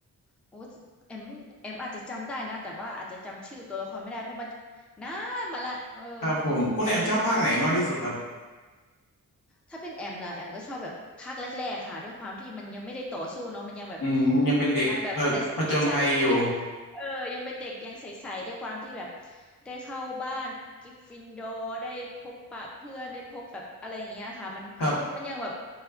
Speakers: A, in the centre; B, on the left (about 85°).
A: โอ้แอมแอมอาจจะจำได้นะแต่ว่าอาจจะจำชื่อตัวละครไม่ได้เพราะมันนานมาละเออ
B: ครับผมคุณแอมชอบภาคไหนมากที่สุดครับ
A: แอม ถ้าเป็นแอมล่ะแอมก็ชอบแบบภาคแรกๆค่ะด้วยความที่มันยังไม่ได้ต่อสู้เนาะมันยังแบบ
B: อืมยังเป็นเด็กผผจญภัยอยู่
A: ยังแบบใสใช่ยังเออยังเป็นเด็กยังใสๆด้วยความที่แบบได้เข้าบ้านกริฟฟินดอร์ได้พบปะเพื่อนได้พบแบบอะไรอย่างเงี้ยค่ะมันมันยังแบบ
B: ครับ